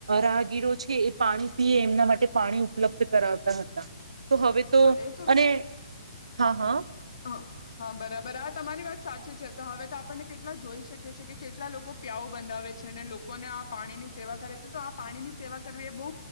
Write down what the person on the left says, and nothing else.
હા એ
હા હા બરાબર આ તમારી વાત સાચી છે. તો હવે તો આપણને કેટલા જોઈ શકી છેી કે કેટલા લોકો પ્યાઉ બંધાવે છે અનેને લોકોને આ પાણીની સેવા કરે તો તો આ પાણીની સેવા કરવી એ બહુ